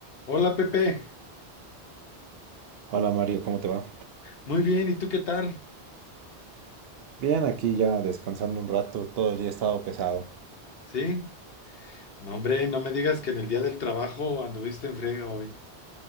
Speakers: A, on the left (about 60°); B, on the right (about 65°).
A: Hola Pepe,
B: Hola Mario, ¿cómo te va?
A: muy bien, ¿y tú qué tal?
B: Bien, aquí ya descansando un rato, todo el día he estado pesado.
A: ¿Sí? No, hombre, no me digas que en el día del trabajo anduviste en friega hoy.